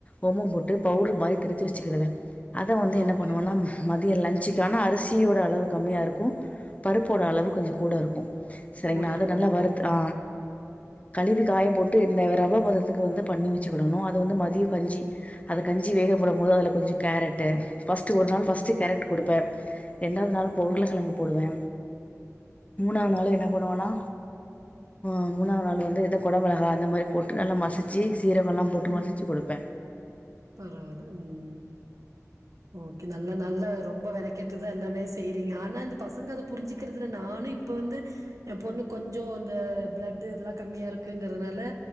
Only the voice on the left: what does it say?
ஓமம் போட்டு பவ்ட்ரு மாரி திருச்சு வெச்சுக்கிடுவே அத வந்து என்ன
பண்ணுவன்னா
ம் மதிய லன்ச்சுக்கானா அரிசியோட அளவு கம்மியா இருக்கு பருப்போட அளவு கொஞ்சோ கூடருக்கு செரிங்ளா
அது
நல்லா
வருத் ஆ கழுவி காய போட்டு இந்த ரவ பதத் துக்கு வந்து பண்ணி வெச்சுகடணு அது வந்து மதிய கஞ்சி அத கஞ்சி வேக போடும்போது அதுல கொஞ்ச கேரட்டு ஃபஸ்ட்டு ஒரு நாள் ஃபஸ்ட்டு
கேரட் குடுப்பே ரெண்டாவுது நாள் பவ் உருள கெழங்கு போடுவே மூணாது நாளு என்ன பண்ணுவனா அ மூணாது நாள் வந்து இத கொடமொளகா அந்த மாரி போட்டு நல்லா மசிச்சி சீரகோலா போட்டு
மசிச்சி குடுப்பே